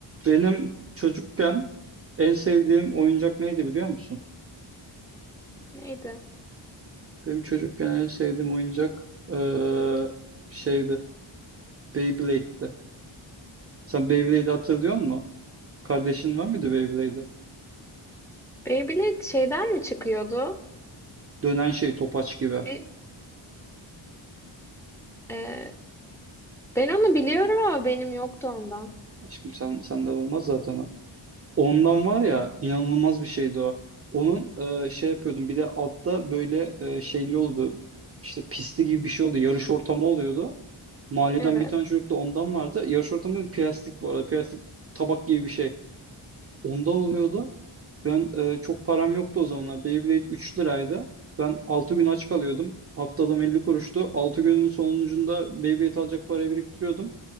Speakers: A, on the right; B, in the centre.
A: Benim çocukken en sevdiğim oyuncak neydi biliyor musun?
B: Neydi?
A: Benim çocukken en sevdiğim oyuncak eee, şeydi. Beyblade'di. Sen Beyblade'i hatırlıyor musun? Kardeşin var mıydı Beyblade'de?
B: Beyblade şeyden mi çıkıyordu?
A: Dönen şey topaç gibi.
B: Bir, e, ben onu biliyorum ama benim yoktu ondan.
A: Aşkım sen senden olmaz zaten o. Ondan var ya inanılmaz bir şeydi o. Onun eee, şey yapıyordum bir de altta böyle eee, şeyli oldu. İşte pisti gibi bir şey oldu. Yarış ortamı oluyordu. Mahalleden
B: Evet.
A: bir tane çocuk da ondan vardı. Yarış ortamında plastik bu arada. Plastik tabak gibi bir şey. Ondan oluyordu. Ben e, çok param yoktu o zamanlar. Beyblade 3 liraydı. Ben 6 gün aç kalıyordum. Haftalığım 50 kuruştu. 6 günün sonucunda Beyblade alacak parayı biriktiriyordum.